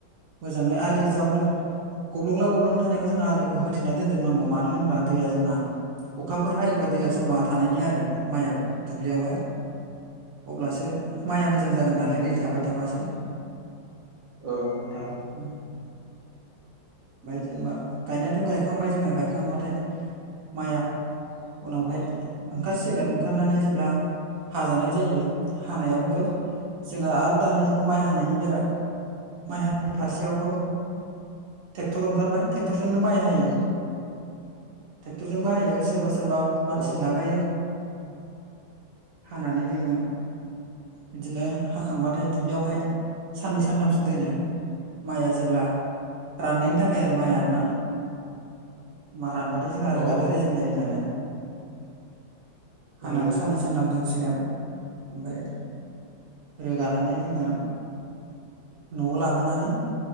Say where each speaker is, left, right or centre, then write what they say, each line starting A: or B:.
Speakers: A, on the right; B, on the right.
A: मोजाङै आलि जावनो गब्लुंला गब्लुं थानायखौ जोंो आलिखौ होथेना दोनजोबनांगौ मानो होनबा दैया जोंहा अखाफोर हायोबा दैया जमा थानायनि आरो माइयाव दुब्लियावहाय अब्लासो माइया मोजां जागोन नालाय दै थाबाय थाबासो
B: औ नंगौथां
A: ओमफफ्राय जेनेबा गायनायाथ' गायखांबाय जोङो गायां खांबाथाय माइआ उनावहाय ओंखारसिगोन ओंखारनानै जेब्ला हाजानाय जायो हानायावबो जोंहा आरो दानि जु खौ माइ हानायनि बेरा माइ हनि फारसेयावबो ट्रेक्टर ओंखारबाय ट्रेक्टरजोंनो माइ हायो ट्रेक्टरजों बाहायो सोरबा सोरबा मानसि
B: औ
A: लागायो हानानै जोङो बिदिनो हाखांबाथाय दुब्लियावहाय साननै सानथामसो दोनो माइआ जेब्ला राननायनि थाखाय आरो माइ आर ना मा रानबा द जोंहा रोगानो
B: औ
A: रेजें जायो नालाय हानानै
B: नंगौ नोंथां
A: साननै
B: औ
A: सानथाम दोनसिगोन ओमफ्राय रोगानानै जोङो न'आव लाबोनानै